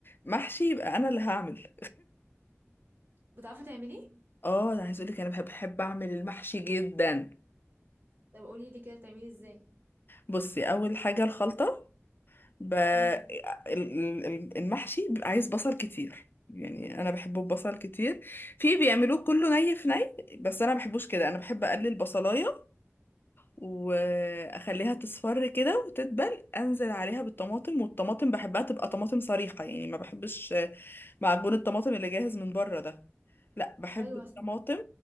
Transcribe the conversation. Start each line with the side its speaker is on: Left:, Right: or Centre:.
Left: محشي يبقى انا اللي هعمل
Right: بتعرفي تعمليه
Left: <laughs> اه انا عايز اقول لك انا بحب بحب اعمل المحشي جدا
Right: طب قولي لي كده بتعمليه ازاي
Left: بصي اول حاجه الخلطه ب... ال-
Right: امم
Left: ال- المحشي بيبقى عايز بصل كتير يعني انا بحبه ببصل كتير في بيعملوه كله ني في ني بس انا ما بحبوش كده انا بحب اقلل بصلايه واخليها تصفر كده وتدبل انزل عليها بالطماطم والطماطم بحبها تبقى طماطم صريحه يعني ما بحبش معجون الطماطم اللي جاهز من بره ده لا بحب
Right: ايوه
Left: الطماطم
Right: صح